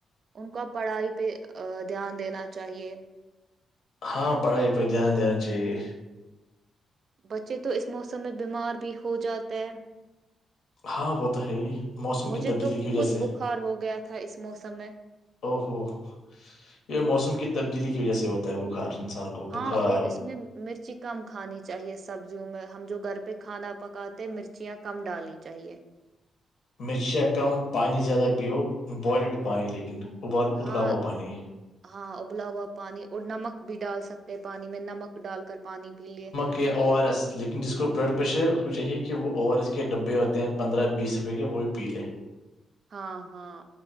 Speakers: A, on the right; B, on the left.
A: ان کا پڑھائی پہ دھیان دینا چاہیے
B: ہاں پڑھائی پہ دھیان دینا چاہیے
A: بچے تو اس موسم میں بیمار بھی ہو جاتے ہیں
B: ہاں وہ تو ہے موسم
A: مجھے
B: کی تبدیلی
A: تو
B: کی وجہ
A: خود
B: سے
A: بخار ہو گیا تھا اس موسم میں
B: او ہوو یہ موسم کی تبدیلی کی وجہ سے ہوتا ہے بخار انسان کو
A: ہاں
B: بخار
A: اور اس میں مرچی کم کھانی چاہیے سبزیوں میں ہم جو گھر پہ کھانا پکاتے مرچیاں کم ڈالنی چاہیے
B: مرچیا کم پانی زیادہ پ بلڈ پانیانی لیکن ابال ابلا
A: ہاں
B: پانی
A: ہاں ابلا ہوا پانی اور نمک بھی ڈال سکتے پانی میں نمک ڈال کر پانی پی لیے
B: کہ او آر ایس لیکن جس کو بلڈ پریشر ہے اس کو چاہے کہ وہ اوور ایس کے ڈبے ہوتے ہیں پندرہ بیس روپئے کے وہ بھی پی لے
A: ہاں ہاں